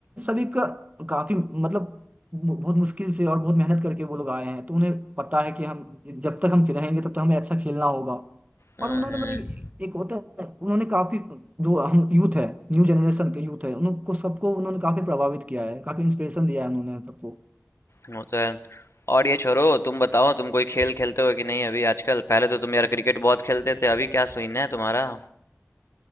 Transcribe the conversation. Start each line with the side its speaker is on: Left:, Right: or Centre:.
Right: सभी का काफी मतलब बहुत मुश्किल से और बहुत मेहनत करके वो लोग आए हैं तो उन्हें पता है कि हम जब तक हम रहेंगे तब तक हमें अच्छा खेलना होगा
Left: हम्म,
Right: और उन्होंने मतलब एक एक होता है उन्होंने काफी जो हम यूथ है न्यू जनरेशन के यूथ है उनको सबको उन्होंने काफी प्रभावित किया है काफी इंस्पिरेशन दिया है उन्होंने सबको
Left: वो तो है और ये छोरो तुम बताओ तुम कोई खेल खेलते हो कि नहीं अभी आजकल पहले तो तुम यार क्रिकेट बहुत खेलते थे अभी क्या सीन है तुम्हारा